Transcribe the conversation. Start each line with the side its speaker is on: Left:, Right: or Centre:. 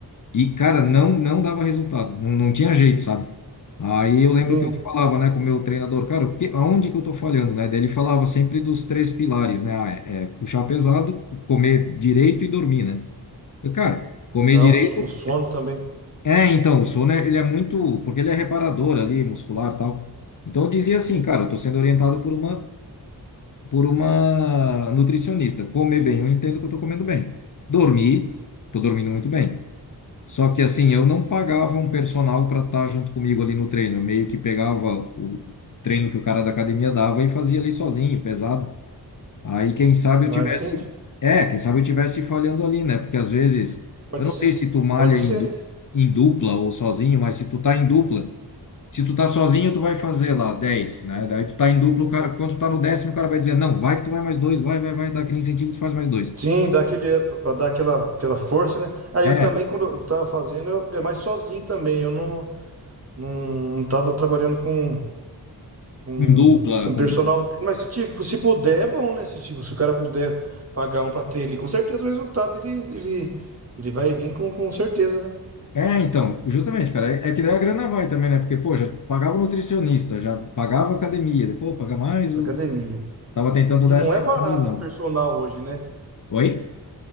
Left: E, cara, não não dava resultado, não, não tinha jeito, sabe? Aí eu lembro
Right: sim.
Left: que eu falava, né, com o meu treinador, cara, o que, aonde que eu tô falhando, né? Daí ele falava sempre dos três pilares, né? Ah, é, é puxar pesado, comer direito e dormir, né? Eu, cara, comer
Right: Ah,
Left: direito
Right: o, s- o sono também.
Left: é, então, o sono, é- ele é muito, porque ele é reparador ali, muscular e tal. Então eu dizia assim, cara, eu tô sendo orientado por uma, por uma nutricionista. Comer bem, eu entendo que eu tô comendo bem. Dormir, tô dormindo muito bem. Só que assim, eu não pagava um personal para estar junto comigo ali no treino. Eu meio que pegava o treino que o cara da academia dava e fazia ali sozinho, pesado. Aí, quem sabe
Right: Ah,
Left: eu tivesse.
Right: entendi.
Left: É, quem sabe eu tivesse falhando ali, né? Porque às vezes,
Right: Pode
Left: eu não
Right: ser.
Left: sei se tu malha
Right: Pode ser.
Left: em, du- em dupla ou sozinho, mas se tu tá em dupla, se tu tá sozinho, tu vai fazer lá 10 né? Daí tu tá em dupla, o cara, quando tu tá no décimo, o cara vai dizer, não, vai que tu vai mais dois, vai, vai, vai, dá aquele incentivo, tu faz mais dois.
Right: Sim, dá aquele, para dar aquela, aquela força, né? Aí
Left: É,
Right: eu também, quando eu tava fazendo, eu, eu mais sozinho também. Eu não, não, não tava trabalhando com, com,
Left: em dupla,
Right: com
Left: com.
Right: personal. Mas se, tipo, se puder, é bom, né? Se, tipo, se o cara puder pagar um pra ter ali, com certeza o resultado ele, ele, ele vai vir com, com certeza, né?
Left: É, então, justamente, cara, é é que daí a grana vai também, né? Porque, pô, já pagava o nutricionista, já pagava a academia, depois, pô, paga mais,
Right: Da
Left: o...
Right: academia.
Left: tava tentando
Right: E
Left: dar
Right: não
Left: essa
Right: é barato
Left: economizada.
Right: um personal hoje, né?
Left: Oi?